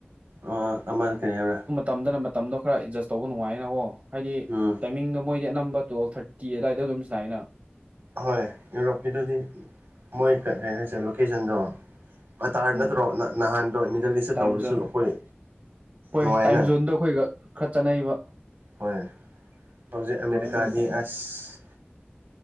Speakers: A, on the right; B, on the right.
A: ꯑ ꯑꯃꯅ ꯀꯩ ꯍꯥꯏꯕ꯭ꯔꯥ
B: ꯇꯝꯗꯅ ꯃꯇꯝꯗꯣ ꯈꯔ ꯑꯦꯗꯖꯁ ꯇꯧꯕ ꯅꯨꯡꯉꯥꯏꯌꯦꯅꯀꯣ ꯍꯥꯏꯗꯤ
A: ꯎꯝ
B: ꯇꯥꯏꯃꯤꯡꯗꯣ ꯃꯣꯏꯗꯤ ꯅꯝꯕꯔ ꯇꯨꯋꯜꯞ ꯊꯥꯔꯇꯤ ꯑꯗꯨꯋꯥꯏꯗ ꯑꯗꯨꯝ ꯁꯅꯥꯏꯅ
A: ꯍꯣꯏ ꯌꯨꯔꯣꯞꯀꯤꯗꯨꯗꯤ ꯃꯣꯏ ꯀꯩꯅ ꯍꯥꯏꯁꯦ ꯂꯣꯀꯦꯁꯟꯗꯣ ꯑꯔ ꯅꯠꯇ꯭ꯔꯣ
B: ꯎꯝ
A: ꯅꯍꯥꯟꯗꯣ ꯃꯤꯗꯜ ꯏꯁꯇ ꯇꯧꯕꯗꯁꯨ
B: ꯇꯥꯏꯝ ꯖꯣꯟ
A: ꯑꯩꯈꯣꯏ
B: ꯍꯣꯏ
A: ꯅꯨꯡꯉꯥꯏꯅ
B: ꯇꯥꯏꯝ ꯖꯣꯟꯗꯣ ꯑꯩꯈꯣꯏꯒ ꯈꯔ ꯆꯠꯅꯕ
A: ꯍꯣꯏ ꯍꯧꯖꯤꯛ ꯑꯃꯦꯔꯤꯀꯥꯗꯤ
B: ꯑꯗꯨ ꯃꯇꯝꯗꯗꯤ
A: ꯑꯁ